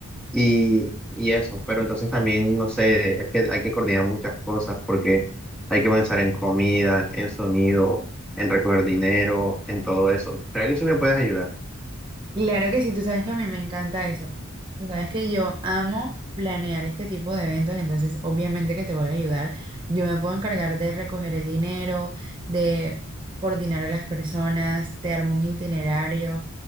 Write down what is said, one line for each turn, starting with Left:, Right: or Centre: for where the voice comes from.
Centre: Y, y eso, pero entonces también, no sé, es que hay que coordinar muchas cosas porque hay que pensar en comida, en sonido, en recoger dinero, en todo eso. ¿Será que sí me puedes ayudar?
Right: Claro que sí, tú sabes que a mí me encanta eso. Tú sabes que yo amo planear este tipo de eventos, entonces obviamente que te voy a ayudar. Yo me puedo encargar de recoger el dinero, de coordinar a las personas, te armo un itinerario,